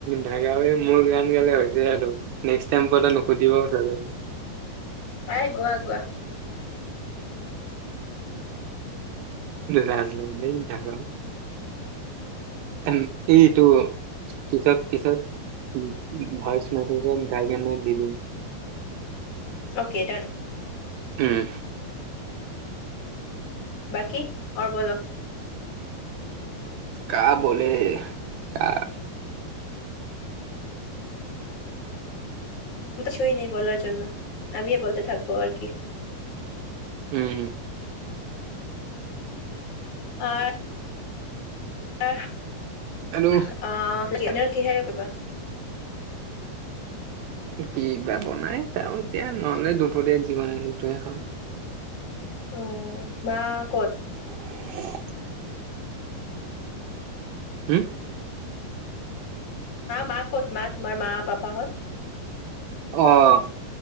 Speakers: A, on the right (about 75°); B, on the left (about 50°).
A: নাগাওৱে মই মই গান গালে হৈছে আৰু নেক্স টাইম পটা নুসুধিবও চাগে
B: গোৱা গোৱা
A: লাজ লাগে দেই নাগাও উম এইটো পিছত-পিছত উ ভয়চ ভাইকাই দি দিম
B: অ'কে ডান
A: উম
B: বাকী অঁ বল
A: কা বলে কা
B: কিছুই ন বলাৰ জন্য আমি বলতে থাকব আৰু কি
A: উম
B: অঁ অঁ
A: আৰু
B: ডিনাৰ কিহেৰে কৰিবা
A: কিবা বনাই চাওঁ এতিয়া নহ'লে দুপৰীয়া জি বনাই সেইটো খাম
B: উম মা ক'ত
A: <inaudible> হম
B: মা ক'ত মা তোমাৰ মা পাপাহঁত
A: অঁ